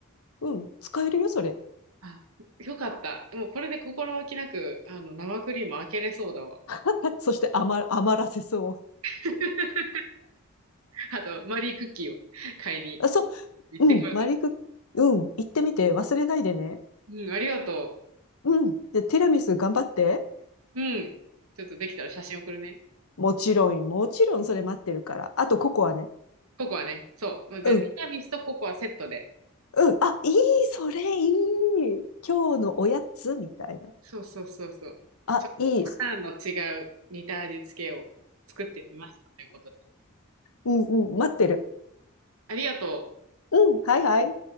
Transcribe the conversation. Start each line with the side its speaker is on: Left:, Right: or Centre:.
Left: うん。使えるよ、それ。
Right: あ、よかった。もうこれで心置きなく、あの、生クリーム開けれそうだわ。
Left: <laughs> そして余、余らせそう。
Right: <laughs> あと、マリークッキーを買いに。
Left: あ、そ
Right: 行ってこようか
Left: う、うん、マリク、うん、行ってみて忘れないでね。
Right: な。うん、ありがと
Left: うん。で、ティラミス頑張って。
Right: う。うん。ちょっとできたら写真送るね。
Left: もちろん、もちろんそれ待ってるから。あと、ココアね。
Right: ココアね。そう。で、
Left: うん、
Right: ティラミスとココアセットで。
Left: うん。あ、いい、それいい。今日のおやつみたいな。
Right: そうそうそうそう。
Left: あ、
Right: ちょっとパターンの違う似た味付けを作ってみましたということで。
Left: いい。うん、うん、待ってる。
Right: ありがとう。
Left: うん、はいはい。